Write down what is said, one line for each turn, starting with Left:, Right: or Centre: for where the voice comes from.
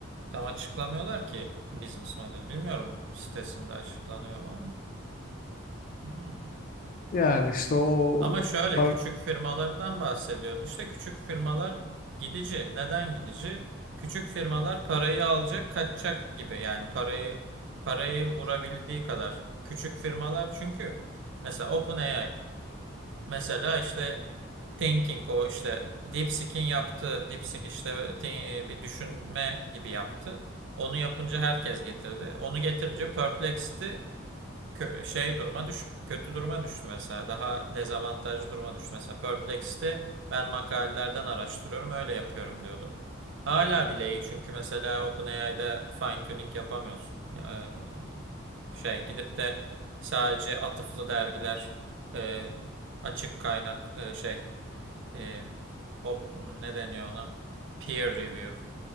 Right: tam açıklamıyorlar ki business model. Bilmiyorum sitesinde açıklanıyor mu ama. Hmm.
Left: Yani işte o
Right: Ama şöyle
Left: par-
Right: küçük firmalardan bahsediyorum. İşte küçük firmalar gidici. Neden gidici? Küçük firmalar parayı alacak, kaçacak gibi. Yani parayı parayı vurabildiği kadar. Küçük firmalar çünkü mesela OpenAI Mesela işte thinking o işte DeepSeek'in yaptığı DeepSeek işte thi- bir düşünme gibi yaptı. Onu yapınca herkes getirdi. Onu getirince Perplexed'i kö- şey duruma düş kötü duruma düştü mesela. Daha dezavantajlı duruma düştü. Mesela Perplexed'i ben makalelerden araştırıyorum öyle yapıyorum diyordu. Hala bile iyi çünkü mesela OpenAI'de fine tuning yapamıyorsun. Ya, e, şey gidip de sadece atıflı dergiler e, açık kaynak e, şey e, o, ne deniyor ona? Peer review.